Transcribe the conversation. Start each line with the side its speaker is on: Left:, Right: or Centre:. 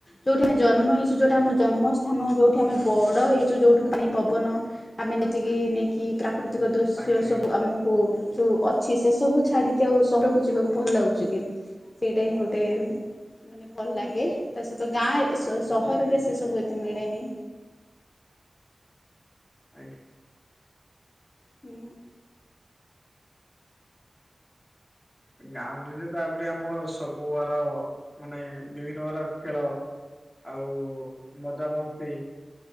Left: ଯୋଉଠି ଆମେ ଜନ୍ମ ହେଇଛୁ ଯୋଉଟା
Centre: ଆଜ୍ଞା
Left: ଆମର ଜନ୍ମ ସ୍ଥାନ ଯୋଉଠି ଆମେ ବଡ ହେଇଛୁ ଯୋଉଠୁ ପାଣି ପବନ ଆମେ ଏତିକି ନେଇକି ପ୍ରାକୃତିକ ଦ ସେ
Centre: ଆଜ୍ଞା ଆଜ୍ଞା
Left: ସବୁ ଆମକୁ ଯୋଉ ଅଛି ସେ ସବୁ ଛାଡିକି ଆଉ ସହରକୁ ଯିବାକୁ ଭଲ ଲାଗୁଛି କି। ସେଇଟା ହିଁ ଗୋଟେ ମାନେ ଭଲ ଲାଗେ ତା ସହିତ ଗାଁ ସହରରେ
Centre: ଆଜ୍ଞା
Left: ସେ ସବୁ ଏତେ ମିଳେନି
Centre: ଆଜ୍ଞା
Left: ହୁଁ
Centre: ଗାଉଁଲିରେ ତାପରେ ଆମର ସବୁ ଆର ମାନେ ବିଭିନ୍ନ ବାର ଖେଳ ଆଉ ମଜା ମସ୍ତି